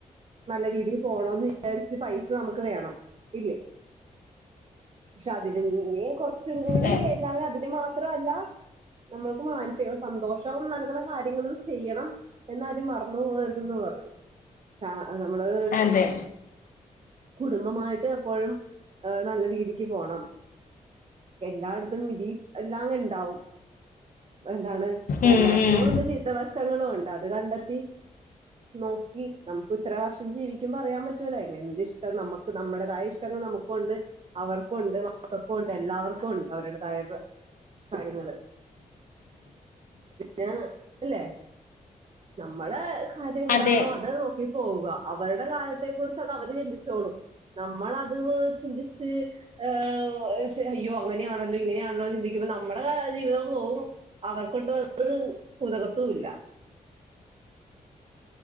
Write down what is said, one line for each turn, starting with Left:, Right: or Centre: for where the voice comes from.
Right: നല്ല രീതി തിന് പോണന്ന് വിചാരിച്ച് പൈസ നമുക്ക് വേണം ഇല്ലേ? ക്ഷെ അതിും ഇനി കുറച്ചും കൂടി
Left: അതെ
Right: എല്ലാവരും അതിന് മാത്രല്ല..... നമ്മൾക്ക് മാനസിക സന്തോഷവും നൽകണ കാര്യങ്ങള് ചെയ്യണം എന്നാരും മറന്നു പോകരുതെന്ന് പറയും. ആഹ് ആഹ് നമ്മള്
Left: അതെ
Right: കുടുംബമായിട്ട് എപ്പോഴും നല്ല രീതിക്ക് പോണം എല്ലായിടത്തും ഇടീം എല്ലാം ഇണ്ടാവും എന്താണ് നല്ല
Left: ഉം
Right: വശങ്ങള
Left: ഉം
Right: ഉണ്ട് ചി ഇവശങ്ങളും ഉണ്ട് അത് കണ്ടെത്തി നോക്കി നമുക്ക് ഇത്ര വർഷം ജീവി ക്കും പറയാൻ പറ്റൂല, എന്തിഷ്ടം നമുക്ക് നമ്മടേതായ ഇഷ്ടങ്ങൾ നമുക്കൊണ്ട് അവർക്കുണ്ട്, മക്കക്കുണ്ട്, എല്ലാവർക്കുണ്ട് അവരുടെതായ കാര്യങ്ങള് പിന്നെ അല്ലേ, നമ്മള് കാര്യം എന്താണോ
Left: അതെ
Right: അത് നോക്കി പോവുക, അവരുടെ കാര്യത്തെ കുറിച്ച് അത് അവര് ചിന്തിച്ചോളും. നമ്മളത് ചിന്തിച്ച് ഏ അയ്യോ അങ്ങനെയാണല്ലോ ഇങ്ങനെയാണല്ലോ ചിന്തിക്കുമ്പോ നമ്മുടെ ജീവിത പോകും അവർക്കൊട്ടും അത് പുതകത്തും ഇല്ല